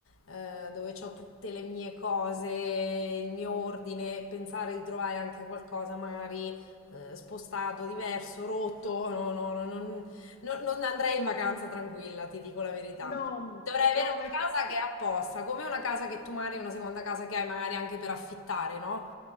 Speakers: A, on the left (about 70°); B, on the left (about 45°).
A: eh, dove ho tutte le mie cose, il mio ordine, pensare di trovare anche qualcosa magari eh, spostato, diverso, rotto, no, no, no, non, non- non andrei in vacanza tranquilla, ti dico la verità.
B: No, mm,
A: Dovrei avere
B: no,
A: una
B: ma infatti,
A: casa che è apposta, come una casa che tu magari, una seconda casa che hai magari anche per affittare, no?